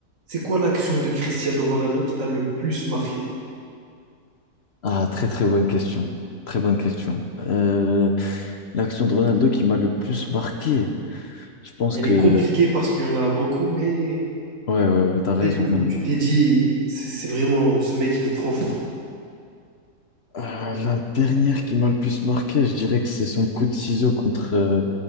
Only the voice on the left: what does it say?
Ah, très très bonne question. Très bonne question. Euh, l'action de Ronaldo qui m'a le plus marqué. Je pense
que...
Ouais, ouais, ouais, t'as raison.
vraiment.
Euh, la dernière qui m'a le plus marqué, je dirais que c'est son coup de ciseau contre euh,